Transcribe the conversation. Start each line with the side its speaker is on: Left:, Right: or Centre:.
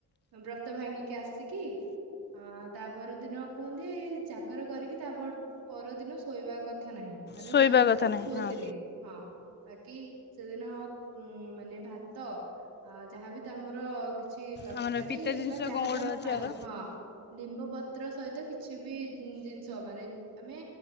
Right: ବ୍ରତ ଭାଙ୍ଗିକି ଆସିକି ଅ ତା ପର ଦିନ କୁହନ୍ତି ଜାଗର କରିକି ତାପ ପରଦିନ ଶୋଇବା କଥା। କ ନାହିଁ ମାନେ
Left: ଶୋଇବା
Right: ଉଜା କରିଦିନ
Left: କଥା ନାହିଁ
Right: ଶୁଅନ୍ତିଥିଲି
Left: ହଁ
Right: ହଁ ବାକି ସେଦିନ ଉ ମାନେ ଭାତ ଆ ଯାହାବ ତମର କିଛି ତରକାରୀ
Left: ଆମର ପିତା ଜିନିଷ
Right: ବା ଯାହାବ
Left: କଣ ଗୋଟେ
Right: ଆମେ
Left: ଅଛି
Right: ଖାଉଛେ
Left: ଆର
Right: ହଁ ଲିମ୍ବ ପତ ପତ୍ର ସହିତ କିଛି ବି ଜିନିଷ ମାନେ ଆମେ